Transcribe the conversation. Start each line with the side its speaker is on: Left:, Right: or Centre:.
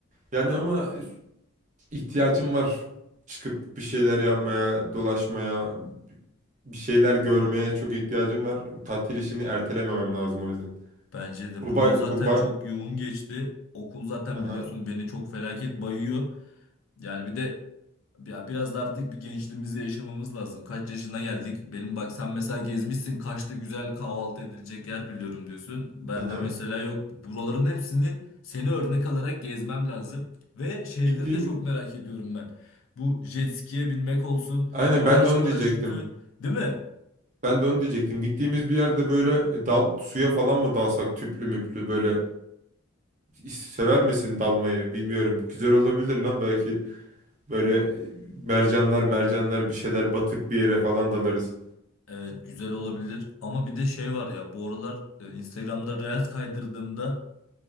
Right: Yani
Left: Va-
Right: ama ihtiyacım var. Çıkıp bir şeyler yapmaya, dolaşmaya, bir şeyler görmeye çok ihtiyacım var. Tatil işini ertelememem lazım o yüzden.
Left: Bence de
Right: Bu
Left: bu
Right: bay,
Left: yıl zaten
Right: bu bay...
Left: çok yoğun geçti. Okul zaten
Right: Aha,
Left: biliyorsun beni çok felaket bayıyor. Yani bir de Ya biraz da artık bir gençliğimizi yaşamamız lazım. Kaç yaşına geldik? Benim bak sen mesela gezmişsin. Kaçta güzel kahvaltı edilecek yer biliyorum diyorsun. Ben
Right: aha.
Left: de mesela yok. Buraların hepsini seni örnek alarak gezmem lazım. Ve şeyleri
Right: Gittiğim...
Left: de çok merak ediyorum ben. Bu jet ski'ye binmek olsun.
Right: Aynen
Left: Yamaç
Right: ben de onu
Left: paraşütü.
Right: diyecektim.
Left: Değil mi?
Right: Ben de onu diyecektim. Gittiğimiz bir yerde böyle dal, suya falan mı dalsak tüplü müplü böyle sever misin dalmayı bilmiyorum. Güzel olabilir lan belki Böyle mercanlar mercanlar bir şeyler batık bir yere falan dalarız.
Left: Evet güzel olabilir. Ama bir de şey var ya. Bu aralar e, Instagram'da Reels kaydırdığımda.